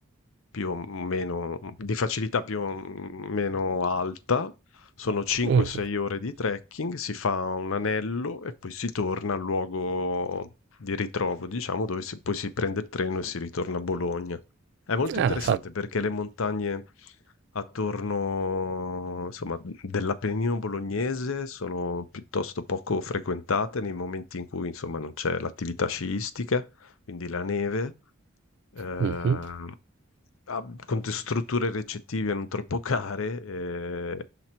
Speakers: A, on the left; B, on the right.
A: più o meno di facilità più o meno alta. Sono 5-6
B: Mm.
A: ore di trekking, si fa un anello e poi si torna al luogo di ritrovo, diciamo, dove si- poi si prende il treno e si ritorna a Bologna. È molto
B: Ah,
A: interessante perché le montagne attorno, insomma, dell'Appennino bolognese sono piuttosto poco frequentate nei momenti in cui, insomma, non c'è l'attività sciistica, quindi la neve eh,
B: fanno.
A: ha- con de- strutture ricettive non troppo care. eh,